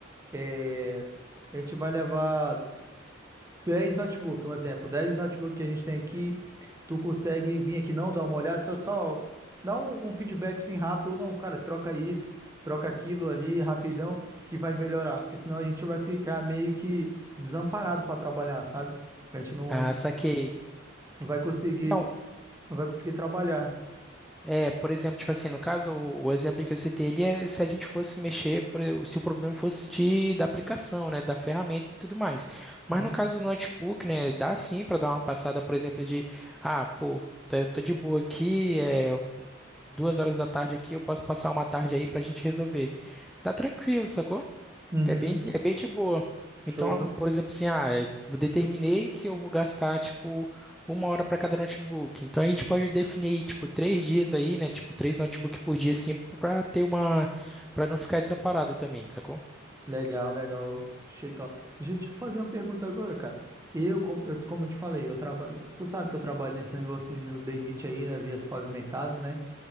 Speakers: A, on the right; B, in the centre.
A: É, a gente vai levar 10 notebook, um exemplo, 10 notebook que a gente tem aqui, tu consegue vir aqui não, dar uma olhada, só, só dá um, um feedback assim rápido, ou não, cara, troca isso, troca aquilo ali rapidão, que vai melhorar, porque senão a gente vai ficar meio que desamparado para trabalhar, sabe? A gente não,
B: Ah, saquei.
A: não vai conseguir,
B: Não,
A: não vai conseguir trabalhar.
B: É, por exemplo, tipo assim, no caso, o, o exemplo que eu citei, ele é se a gente fosse mexer, por e- se o problema fosse de, da aplicação, né, da ferramenta e tudo mais. Mas
A: Uhum.
B: no caso do notebook, né, dá sim para dar uma passada, por exemplo, de, ah, pô, tô, tô de boa aqui, é duas horas da tarde aqui, eu posso passar uma tarde aí pra gente resolver. Dá tranquilo, sacou?
A: Uhum.
B: É bem, de- é bem de boa.
A: Show,
B: Então,
A: show.
B: por exemplo, assim, ah, eu determinei que eu vou gastar, tipo, uma hora para cada notebook. Então, a gente pode definir, tipo, três dias aí, né? Tipo, três notebook por dia, assim, para ter uma, para não ficar desamparado também, sacou?
A: Legal, legal. Achei top. Deixa eu te fazer uma pergunta agora, cara. Eu, como eu, como eu te falei, eu trabalho. Tu sabe que eu trabalho nesse negócio de DNIT aí, nas vias pavimentadas, né?